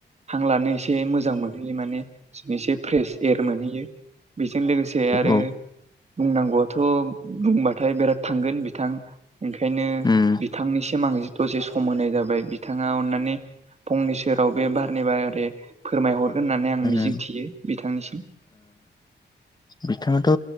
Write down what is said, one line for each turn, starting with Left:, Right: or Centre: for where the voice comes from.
Right: हां लानो एसे मोजां मोनहैयो माने एसे। फ्रेश एयार मोनहैयो बेजों लोगोसे आरो।
Left: औ
Right: बुंनांगौआथ' बुंबाथाय बिराद थांगोन बिथां ओंखायनो
Left: उम
Right: बिथांनिसिम आं। दसे सम होनाय जाबाय बिथाङा अन्नानै फंनै सेराव बे बारनि बारि फोरमायहरगोन होननानै आं मिजिंथियो
Left: उम
Right: बिथांनिसिम।
Left: बिथाङाथ'